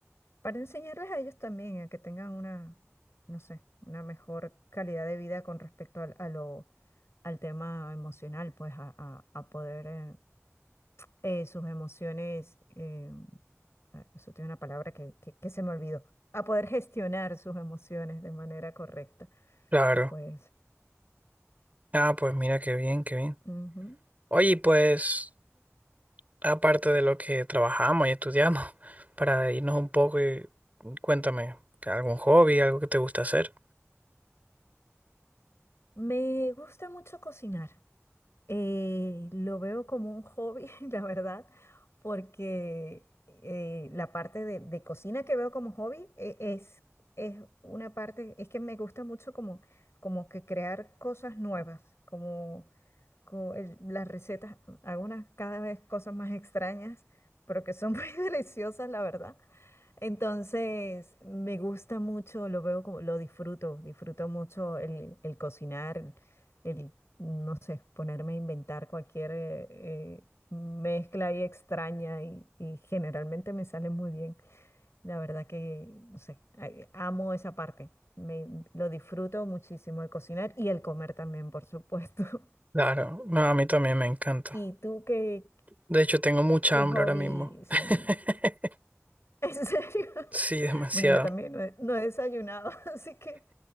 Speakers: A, on the left; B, on the right.
A: para enseñarles a ellos también, a que tengan una, no sé, una mejor calidad de vida con respecto al, a lo, al tema emocional, pues, a, a- a poder... eh, eh, sus emociones, eh, ah, eso tiene una palabra que, que- que se me olvidó, a poder gestionar sus emociones de manera correcta.
B: claro.
A: Y pues,
B: Ah, pues mira qué bien, qué bien.
A: ujú.
B: Oye, y pues aparte de lo que trabajamos y estudiamos, <laughs> para irnos un poco y cuéntame, ¿algún hobby, algo que te gusta hacer?
A: Me gusta mucho cocinar. Eh, lo veo como un hobby, <laughs> la verdad, porque eh, la parte de, de cocina que veo como hobby eh, es es una parte, es que me gusta mucho como, como que crear cosas nuevas, como, co- el- las recetas, hago unas cada vez cosas más extrañas, pero que son <laughs> muy deliciosas, la verdad. Entonces, me gusta mucho, lo veo como, lo disfruto, disfruto mucho el, el cocinar, el, el, no sé, ponerme a inventar cualquier eh, eh, mezcla ahí extraña y, y generalmente me sale muy bien. La verdad que, no sé, ay, amo esa parte. Me, lo disfruto muchísimo el cocinar y el comer también, por supuesto. <laughs>
B: Claro, no, a mí también me encanta.
A: ¿Y tú qué,
B: De hecho, tengo mucha
A: qué
B: hambre
A: hobby?
B: ahora mismo.
A: Sí,
B: <laughs>
A: <laughs> en serio.
B: Sí, demasiado.
A: Bueno, yo también no he, no he desayunado, <laughs> así que,